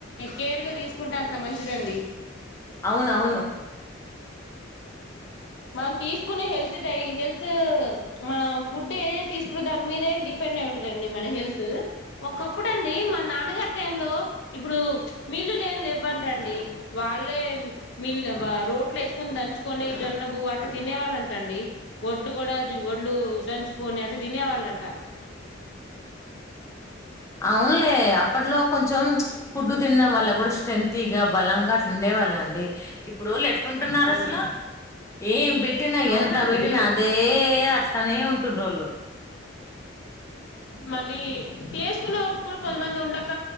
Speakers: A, on the left; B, on the left.
A: కేర్ గా తీసుకుంటే అంత మంచిదండి
B: అవున అవును
A: మంనం తీసుకునే హెల్త్ హెల్త్ మన ఫుడ్ ఏ ఏ తీసుకు మీదే డిపెండ్ అయి ఉంటదండి మన హెల్త్ ఒక అప్పుడంండి మా నాన్నగారి టై లో. ఇప్పుడు మిల్లు లే లేవ్వంటండి వాళ్ళే మిల్లు రోడ్లు వేసుకొని దంచుకొని జొన్న బువ అట తినే వాళ్ళంట. టండి ఒడ్లు కూడా వడ్లు దంచుకోనే అట్ల తినేవాళ్ళంట
B: అవునులే అప్పట్లో కొంచం ఫుడ్డు తినడం వల్ల కూడా స్ట్రెంతీ గా బలంగా అట్లా ఉండే వాళ్ళండి. ఇప్పుడు లేట్లుంటున్నారు
A: అవును
B: అసల ఏం బేట్ టి నా
A: అవునండి
B: ఎంత బడి నా అదే అటనేే ఉం <unintelligible>
A: మళ్ళీ చేసుకునేప్పు కూడా కొంతమంది ఉండక,